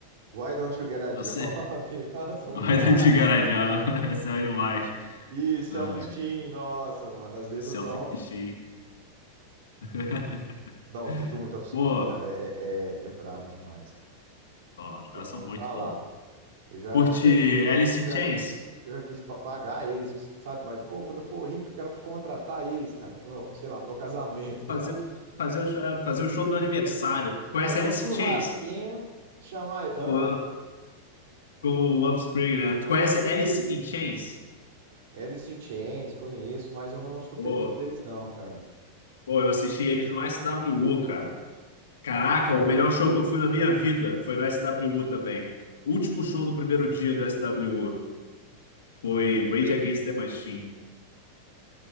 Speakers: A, on the right; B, on the left.
A: Why Don't You Get a Job?
B: Eu sei.
A: <laughs> Nossa, bom
B: Why
A: demais.
B: don't you get a job? <laughs> Essa é demais.
A: E Self-Esteem,
B: Ai,
A: nossa, mano, as letras
B: selfie.
A: são.
B: <laughs>
A: Não, eu curto muito Offspring,
B: Pô,
A: cara. É, é, é, é brabo demais, cara.
B: ó, os
A: Não
B: caras
A: tem nem
B: são
A: o
B: muito
A: que falar.
B: bons.
A: Eu já,
B: Curte
A: eu já quis,
B: Alice
A: eu
B: in
A: já
B: Chains?
A: quis, eu já quis ba- pagar eles, sabe? Mas, pô, quando eu for rico, eu quero contratar eles, cara. pro Meu, sei lá, pro meu casamento, tá
B: Fazer,
A: ligado?
B: fazer, o show, é, fazer o show do meu aniversário. Tu Conhece
A: Fazer
B: Alice
A: um churrasquinho,
B: in Chains?
A: chamar. Hã?
B: Com, com o Offspring, né? Tu conhece Alice in Chains?
A: Alice in Chains, conheço, mas eu não escutei
B: Pô,
A: muito deles, não, cara.
B: pô, eu assisti eles no SWU, cara. Caraca, o melhor show que eu fui na minha vida foi no SWU também. O último show do primeiro dia do SWU foi Rage Against the Machine.